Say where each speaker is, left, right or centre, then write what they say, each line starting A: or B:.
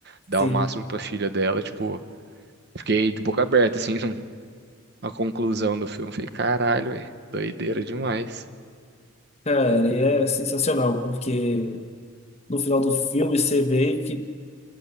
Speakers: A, on the right (about 50°); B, on the left (about 30°).
A: dar
B: Sim.
A: o máximo pra filha dela, tipo, fiquei de boca aberta, assim, <laughs> a conclusão do filme. Falei, caralho, velho, doideira demais.
B: Cara, e é sensacional, porque no final do filme você vê que.